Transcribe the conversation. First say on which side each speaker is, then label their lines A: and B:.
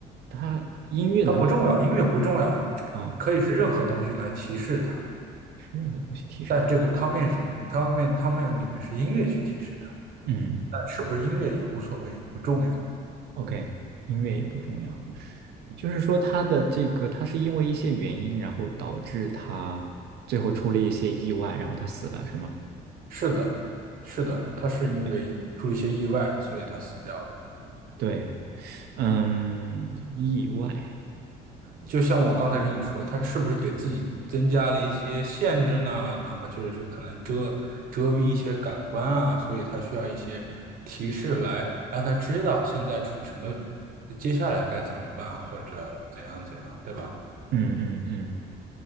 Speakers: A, on the right (about 75°); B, on the right (about 55°).
A: 它音乐能够
B: 它不重要，音乐不重要，
A: 啊，
B: 可以是任何东西来提示它，
A: 是任何东西提示它。
B: 但这个汤面是汤面汤面里面是音乐去提示它。
A: 嗯嗯嗯
B: 但是不是音乐也无所谓，不重要。
A: ，OK，音乐也不重要，就是说他的这个，他是因为一些原因，然后导致他最后出了一些意外，然后他死了，是吗？
B: 是的，是的，
A: 啊，
B: 他是因为出了一些意外，
A: 对，
B: 所以他死掉了。
A: 对，嗯，意外，
B: 就像我刚才跟你说，他是不是给自己增加了一些限制呢？哪怕就是可能遮遮蔽一些感官啊，所以他需要一些提示来让他知道现在处于什么，接下来该怎么办，或者怎样怎样，对吧？
A: 嗯嗯嗯